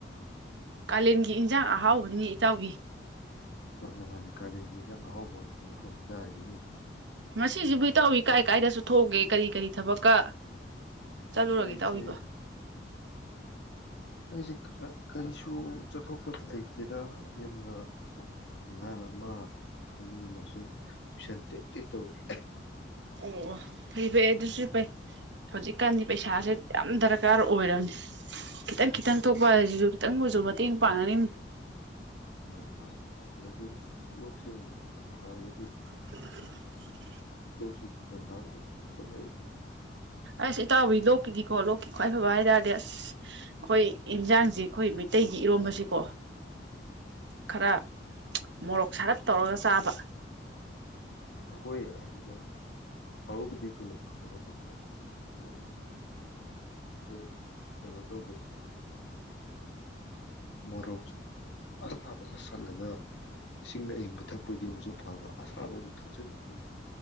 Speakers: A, on the right; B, on the left.
A: ꯀꯥꯂꯦꯟꯒꯤ ꯏꯟꯁꯥꯡ ꯑꯍꯥꯎꯕꯅꯤ ꯏꯇꯥꯎꯒꯤ
B: ꯃꯥꯅ ꯃꯥꯅꯦ ꯀꯥꯂꯤꯦꯟꯒꯤ ꯏꯟꯁꯥꯡ ꯑꯍꯧꯕ ꯉꯛꯇꯅꯤ ꯑꯩꯈꯣꯏꯅ ꯆꯥꯔꯤꯕꯁꯤꯡꯁꯦ
A: ꯉꯁꯤꯁꯤꯕꯨ ꯏꯇꯥꯎꯕꯤ ꯀꯥꯏ ꯀꯥꯏꯗ ꯆꯠꯊꯣꯛ ꯎꯒꯦ ꯀꯔꯤ ꯀꯔꯤ ꯊꯕꯛꯀ ꯆꯠꯂꯨꯔꯒꯦ
B: ꯑꯩꯁꯦ
A: ꯏꯇꯥꯎꯕꯤꯕꯨ
B: ꯑꯩꯁꯦ ꯀꯔꯤꯁꯨ ꯆꯠꯊꯣꯛꯄꯗꯤ ꯂꯩꯇꯦꯗ ꯌꯨꯝꯗ ꯑꯉꯥꯡ ꯑꯃ ꯑꯅꯤ ꯑꯃ ꯁꯨꯝ ꯇꯨꯏꯁꯟ ꯇꯦꯛ ꯇꯦꯛ ꯇꯧꯔꯤ
A: ꯑꯣ ꯑꯣ ꯐꯩ ꯐꯩ ꯑꯗꯨꯁꯨ ꯐꯩ ꯍꯧꯖꯤꯛꯀꯥꯟꯗꯤ ꯄꯩꯁꯥꯁꯦ ꯌꯥꯝ ꯗꯔꯀꯥꯔ ꯑꯣꯏꯔꯕꯅꯦ ꯈꯤꯇꯪ ꯈꯤꯇꯪ ꯊꯣꯛꯄ ꯍꯥꯏꯁꯤꯁꯨ ꯈꯤꯇꯪ ꯑꯣꯏꯁꯨ ꯃꯇꯦꯡ ꯄꯥꯡꯅꯅꯤ
B: ꯃꯥꯅꯤ ꯃꯥꯅꯤ ꯗꯒꯤ ꯂꯣꯛꯁꯦ ꯈꯔ ꯐꯔꯒꯗꯤ
A: <inaudible>
B: ꯂꯣꯠꯁꯤꯁꯨ ꯇꯟꯖꯥꯁꯤ ꯊꯨꯡꯒꯠꯂꯛꯏ ꯅꯦ
A: ꯑꯁ ꯏꯇꯥꯎꯕꯤ ꯂꯣꯛꯀꯤꯗꯤꯀꯣ ꯂꯣꯛꯀꯤ ꯈ꯭ꯋꯥꯏ ꯐꯕ ꯍꯥꯏꯇꯥꯥꯔꯗꯤ ꯑꯁ ꯑꯩꯈꯣꯏ ꯏꯟꯖꯥꯡꯁꯦ ꯑꯩꯈꯣꯏ ꯃꯩꯇꯩꯒꯤ ꯏꯔꯣꯝꯕꯁꯤꯀꯣ
B: ꯎꯝ
A: ꯈꯔ ꯃꯣꯔꯣꯛ ꯁꯥꯔꯞ ꯇꯧꯔꯒ ꯆꯥꯕ
B: ꯑꯁ ꯑꯩꯈꯣꯏ ꯑꯗꯨꯗ ꯐꯕꯨꯗꯤ ꯊꯨꯅ ꯐꯒꯗꯕꯀꯣ ꯑꯗꯨꯗꯗ ꯑ ꯀꯩꯅꯣ ꯇꯧꯕꯁꯦ ꯃꯣꯔꯣꯛ ꯑꯁꯥꯕ ꯆꯥꯁꯜꯂꯒꯥ ꯏꯁꯤꯡ ꯑꯏꯪꯕ ꯊꯛꯄꯣꯏꯗꯤ ꯑꯃꯨꯁꯨꯛ ꯐꯕ ꯑꯁꯥꯕ ꯑꯃꯨꯛ ꯊꯛꯆꯤꯟꯗꯨꯅꯤꯅ